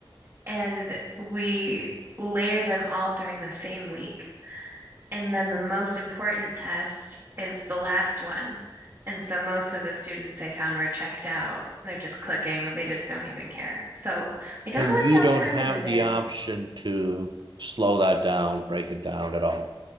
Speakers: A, on the right (about 30°); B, on the right (about 60°).
A: And we layer them all during the same week. And then the most important test is the last one. And so most of the students I found were checked out. They're just clicking, they just don't even care. So I don't
B: And
A: know what
B: you
A: the alternative
B: don't have the option
A: is.
B: to slow that down, break it down at all.